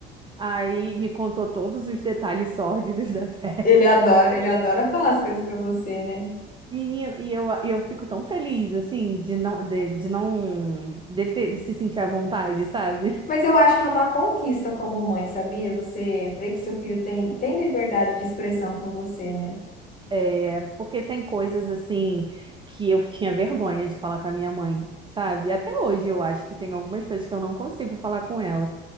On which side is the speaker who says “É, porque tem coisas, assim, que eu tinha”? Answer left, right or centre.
Right